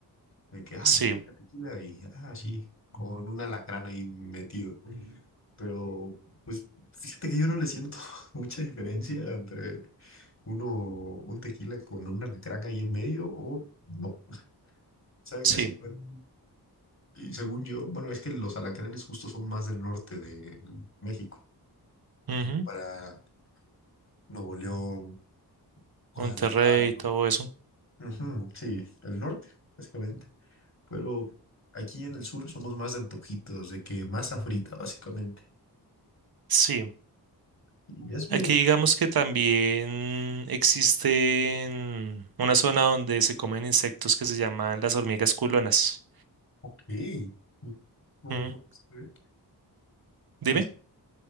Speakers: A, on the left (about 40°); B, on the right (about 60°).
A: De que, ah,
B: Sí,
A: tequila, tequila y, ah, sí, con un alacrán ahí metido. Pero, pues, fíjate que yo no le siento <laughs> mucha diferencia entre uno, un tequila con un alacrán ahí en medio o no. Saben
B: sí.
A: casi igual. Y según yo, bueno, es que los alacranes justo son más del norte de México.
B: Ujú.
A: Para Nuevo León, Guadalajara.
B: Monterrey, todo eso.
A: Ujú, sí, el norte, básicamente. Pero aquí en el sur somos más de antojitos, de que masa frita, básicamente.
B: Sí,
A: Y es muy
B: aquí
A: buena.
B: digamos que también existe una zona donde se comen insectos que se llaman las hormigas culonas.
A: Ok. Mm, No- no
B: Mm,
A: lo conozco, ¿eh?
B: Dime.
A: Pero es-